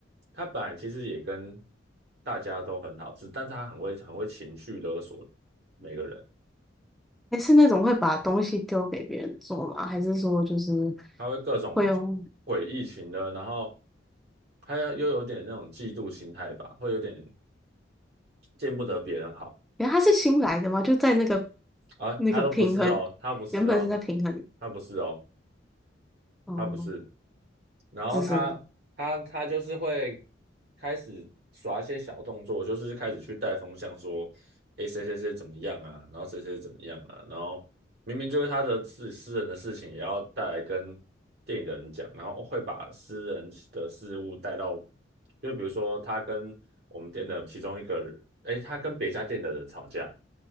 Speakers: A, on the right; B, in the centre.
A: 她本来其实也跟大家都很好，只但她很会很会情绪勒索每个人，
B: 你是那种会把东西丢给别人做吗？还是说就是
A: 她会各种
B: 会用？
A: 诡异情的，然后她又又有点那种嫉妒心态吧，会有点见不得别人好。
B: 哎，他是新来的嘛，就在那个
A: 啊，
B: 那个平衡，
A: 她都不是哦，她不是哦，
B: 原本是在平衡
A: 她不是哦，
B: 哦
A: 他不是，然后他他他就是会
B: 自身的。
A: 开始耍一些小动作，就是开始去带风向说，诶，谁谁谁怎么样啊，然后谁谁怎么样啊，然后明明就是他的自私人的事情，也要带来跟电影的人讲，然后会把私人的事物带到，就比如说他跟我们店的其中一个，诶，他跟别家店的人吵架。